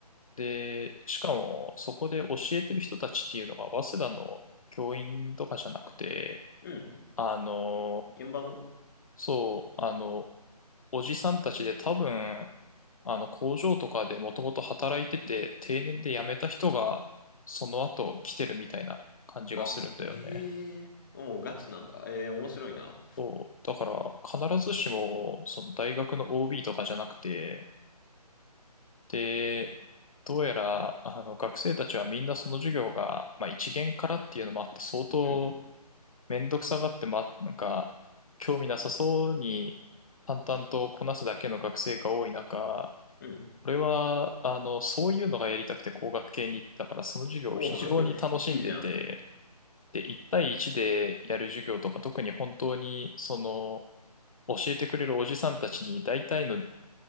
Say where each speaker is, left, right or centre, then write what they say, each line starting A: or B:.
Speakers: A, on the left; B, on the left.
A: で、しかもそこで教えてる人たちっていうのが早稲田の教員とかじゃなくて、
B: うん。
A: あの、
B: 現場の
A: そう、あの、おじさんたちで多分あの工場とかでもともと働いてて定年で辞めた人がその後来てるみたいな感じがするんだよね。
B: あ、へえ。もうガチなんだ。えー、面白いな。
A: そう。だから必ずしもその大学の OB とかじゃなくて、で、どうやらあの学生たちはみんなその授業が、まあ、一限からっていうのもあって相当
B: うん。
A: めんどくさがって、ま、なんか興味なさそうに淡々とこなすだけの学生が多い中、
B: うん。
A: これは、あの、そういうのがやりたくて工学系に行ったから、その授業を非常に楽しんでて、
B: お <laughs> いいじゃん。
A: で、1対1でやる授業とか、特に本当に、その、教えてくれるおじさんたちに、大体の、